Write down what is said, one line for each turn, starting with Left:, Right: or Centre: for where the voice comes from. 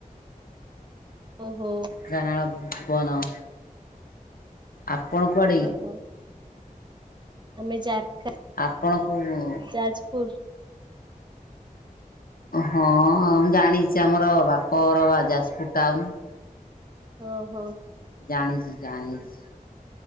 Right: ଓହୋ।
Left: ଯାଆଁଳ ଭୁବନ ଆପଣ କୁଆଡେ
Right: ଓହୋ ଆମେ ଜାରକା
Left: ଆପଣ କୋଉ
Right: ଯାଜପୁର୍।
Left: ହଁ ମୁଁ ଜାଣିଛି ଆମର ବାପର ବା ଯାଜପୁର୍ ଟାଉନ୍।
Right: ଓଁ ହୋ।
Left: ଜାଣିଛି ଜାଣିଛି